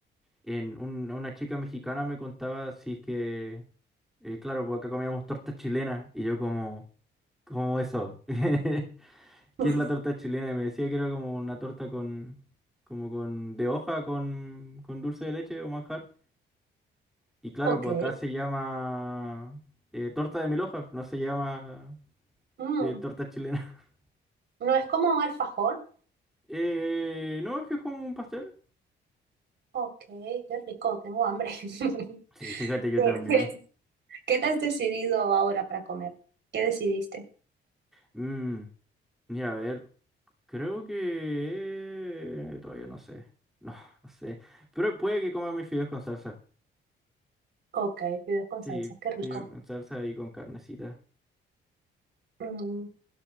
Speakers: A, in the centre; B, on the right (about 65°).
A: en un- una chica mexicana me contaba si es que, eh, claro, pues acá comíamos torta chilena y yo como, ¿cómo eso? <laughs> ¿Qué
B: <laughs> Uf,
A: es la torta chilena? Y me decía que era como una torta con, como con, de hoja con, con dulce de leche o manjar. Y claro,
B: Ok,
A: pues acá se llama eh, torta de mil hojas, no se llama
B: mm,
A: eh, torta chilena. <laughs>
B: no es como un alfajor.
A: Eh, no, es que es como un pastel.
B: Ok, qué rico, tengo hambre. <laughs>
A: Sí, fíjate, yo
B: ¿Qué,
A: también.
B: qué- qué te has decidido ahora para comer? ¿Qué decidiste?
A: Mm, mira, a ver, creo que... Todavía no sé. No, no sé. Pero puede que coma mis fideos con salsa.
B: Ok, fideos con
A: Sí,
B: salsa, qué rico.
A: fideos con salsa y con carnecita.
B: Mm,